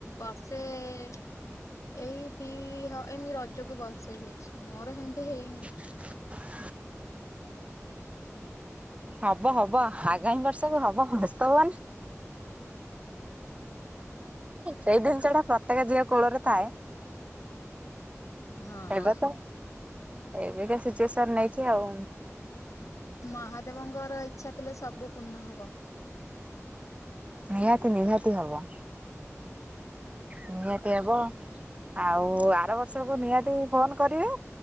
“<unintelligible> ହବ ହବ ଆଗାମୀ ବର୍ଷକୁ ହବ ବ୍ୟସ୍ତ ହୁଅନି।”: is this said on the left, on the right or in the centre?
Right